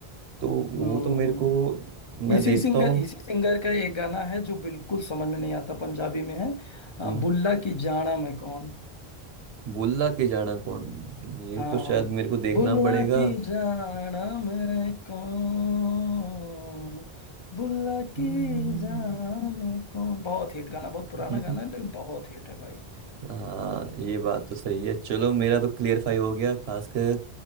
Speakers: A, on the right (about 80°); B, on the left (about 35°).
A: तो वो
B: हम्म।
A: तो मेरे को मैं
B: इसी
A: देखता
B: सिंगर
A: हूँ
B: इसी सिंगर का एक गाना है जो बिल्कुल समझ में नहीं आता पंजाबी में है अ,
A: हम्म,
B: बुल्ला की जाना में कौन
A: भुल्ला के जाना कौन ये
B: हम
A: तो शायद मेरे को देखना
B: बुल्ला
A: पड़ेगा
B: की जाना मैं कौन बुल्ला
A: हम्म।
B: की जाना मैं कौन बहुत हिट गाना बहुत पुराना
A: <laughs>
B: गाना है लेकिन बहुत हिट है भाई
A: हाँ ये बात तो सही है चलो मेरा तो क्लियरफाई हो गया खासकर